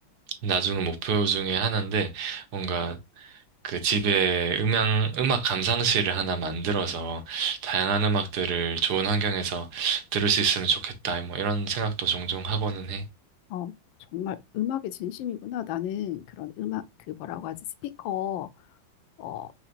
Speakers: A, on the right; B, on the left.
A: 나중 목표 중에 하나인데 뭔가 그 집에 음향, 음악 감상실을 하나 만들어서 다양한 음악들을 좋은 환경에서 들을 수 있으면 좋겠다. 뭐 이런 생각도 종종 하고는 해.
B: 어, 정말 음악에 진심이구나. 나는 그런 음악, 그 뭐라고 하지? 스피커 어,